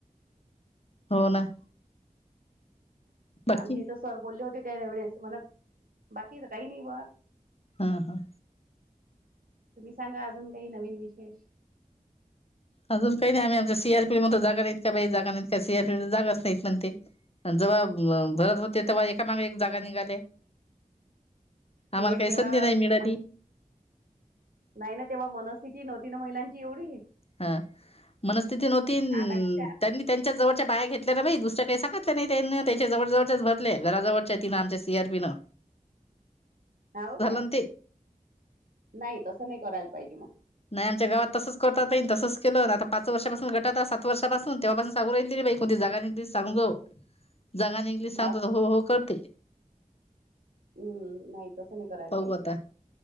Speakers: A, on the left; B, on the right.
A: हो ना. बाकी
B: आमचे इथं सर बोलले होते त्या वेळेस म्हण बाकी काही नाही ब
A: हा. हा.
B: तुम्ही सांगा अजून काही नवीन विशेष.
A: अजून काही नाही आम्ही आमच्या सी आर पी मध्ये जागा नाहीत का बाई? जागा नाहीत का सी आर पी जागच नाहीत म्हण ते. अन् जेव्हा भरत होते तेव्हा एकामागे एक जागा निघाले. आम्हाला
B: ते
A: काही
B: तेव्हा
A: संधी नाही
B: म
A: मिळाली
B: नाही ना, तेव्हा मनस्थिती नव्हती ना महिलांची एवढी.
A: हा मनस्थिती नव्हती
B: आता कशी
A: त्यांनी. त्यांच्यात जवळच्या बाया घेतल्या. नाहीई दुसऱ्याही सांगल्या नाही. त्यांना त्याच्या जवळजवळच्याच भरल्या घराजवळच्या तिनं आमच्या सी आरीं पी न
B: हावू काय?
A: ना ते
B: नाही तसं नाही करायला पाहिजे मग.
A: नाही आमच्या गावात तसच करत नाही. तसंच केलं आता पाच वर्षापासून गटात सात वर्षपासून तेव्हापासून सांगू राहिले बाई. कोणती जागा नाही ते सांग जो, जागा नायीले सांगतो
B: हा
A: तर हो हो करते.
B: हम्म. नाही तसं नाही करायला
A: पाहू
B: पाहिजे.
A: आता